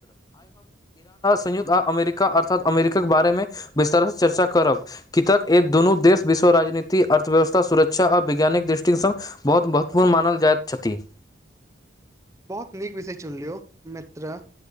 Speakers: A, on the left; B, on the right.
A: युद््त आ अमेरिका अर्थात अमेरिकाके बारे मे विस्तारसँ चर्चा करब कतक एक दुनू देश विश्व। राजनीति अर्थव्यवस्था सुरक्षा आ वैज्ञानिक दृष्टिकसँण बहुत महत्वपूर्ण मानल जाइत छथि। <unintelligible>
B: बहुत नीक विषय चुन लियौ मित्र।